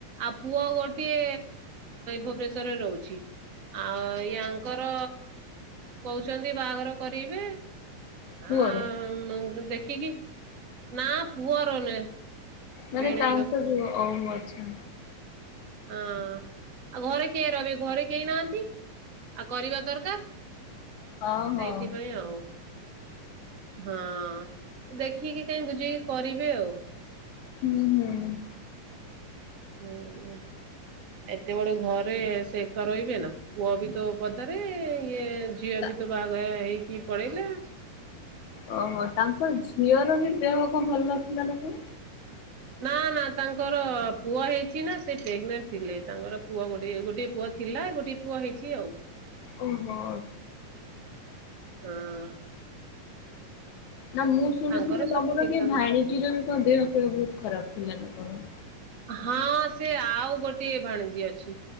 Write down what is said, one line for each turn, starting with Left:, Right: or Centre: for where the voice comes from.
Right: ଆଉ ପୁଅ ଗୋଟିଏ ଭୁବନେଶ୍ଵରରେ ରହୁଚି। ଆଉ ୟାଙ୍କର କୋହୁଛନ୍ତି ବାହାଘର କରେଇବେ।
Left: ପୁଅର?
Right: ଆଁ ଦେଖିକି ନା ପୁଅର ନୁହେଁ।
Left: ମାନେ
Right: ଭିଣେଇର
Left: ତାଙ୍କ ବି ଅଫ୍ ଅଛି।
Right: ହଁ ଆଉ ଘରେ କିଏ ରହିବେ ଘରେ କେହି ନାହାନ୍ତି ଆଉ କରିବା ଦରକାର୍।
Left: ଓହୋ
Right: ସେଇଥିପାଇଁ ଆଉ। ହଁ ଦେଖିକି କାଇଁ ବୁଝିକି କରିବେ ଆଉ।
Left: ହୁଁ ହୁଁ।
Right: ହୁଁ ଏତେ ବଡେ ଘରେ ସେ ରହିବେ ନା? ପୁଅ ବି ତୋ ପଦରେ ଇଏ ଝିଅ
Left: ତା
Right: ବି ତ ବାହାଘ ହେଇକି ପଳେଇଲେ।
Left: ଓହୋ ତାଙ୍କ ଝିଅର ବି ଦେହକୁ ଭଲ ଥିଲା ନା କଣ?
Right: ନା ନା ତାଙ୍କର ପୁଅ ହେଇଛି ନା ସେ ପ୍ରେଗନଣ୍ଟ ଥିଲେ ତାଙ୍କର ପୁଅ ଗୋଟେ ଗୋଟିଏ ପୁଅ ଥିଲା ଗୋଟେ ପୁଅ ହେଇଚି ଆଉ।
Left: ଓହୋ।
Right: ହଁ।
Left: ନା ମୁଁ ଶୁଣିଥିଲି
Right: ତାଙ୍କର ସବୁ
Left: ତମର
Right: ଠିକ
Left: କିଏ
Right: ଠାକ
Left: ଭାଣିଜୀର
Right: ଅଛି।
Left: ବି କଣ ଦେହ ଫେହ ବହୁତ୍ ଖରାପ ଥିଲା ନା କଣ।
Right: ହଁ ସେ ଆଉ ଗୋଟିଏ ଭାଣିଜୀ ଅଛି।